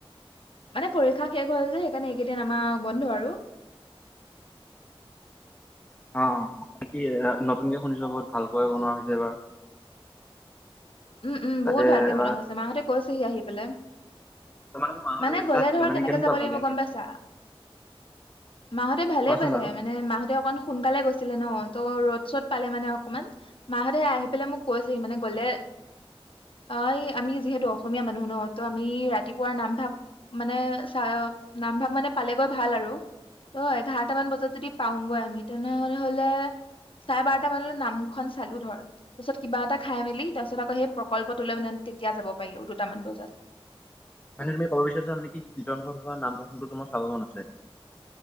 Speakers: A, on the left (about 60°); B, on the left (about 15°).
A: মানে পৰীক্ষা শেষ। হ'ল যে সেইকাৰণে এইকেইদিন আমাৰ বন্ধ আৰু।
B: অ' কি-কি নতুনকে শুনিছো বহুত ভালক বনোৱা হৈছে এবাৰ।
A: উম-উম,
B: তাতে
A: বহুত ভালকে
B: এবাৰ
A: বনোৱা হৈছে মাহঁতে কৈছেহি আহি পেলাই।
B: তোমালোকৰ মাহঁতে
A: মানে
B: গৈছিল
A: গলে
B: তাত
A: ধৰ
B: মানে
A: কেনেকে
B: কেনেকুৱা
A: যাব
B: পালে
A: লাগিব
B: বাৰু
A: গম পাইছা মাহঁতে ভালেই
B: কোৱাচোন
A: পালে
B: বাৰু
A: মানে মাহঁতে অকন সোনকালে গৈছিলে ন। ত ৰ'দ-চ'দ পালে মানে অকনমান মাহঁতে আহি পেলাই মোক কৈছেহি মানে গলে অ এই আমি যিহেতু অসমীয়া মানুহ নহ ত আমি ৰাতিপুৱা নামভাগ মানে চ নামভাগ মানে পালেগৈ ভাল আৰু ত এঘাৰটা মান বজাত যদি পাওঁগৈ আমি তেনেহলে চাৰে বাৰটা মানলৈ নামখন চালো ধৰ তাৰপিছত কিবা এটা খাই মেলি তাৰপিছত সেই প্ৰকল্পটো লৈ মানে তেতিয়া যাব পাৰিব দুটামান বজাত।
B: মানে তুমি ক'ব বিচাৰছা নে কি কীৰ্তন ঘৰত হোৱা নাম প্ৰসংগটো তোমাৰ চাব মন আছে?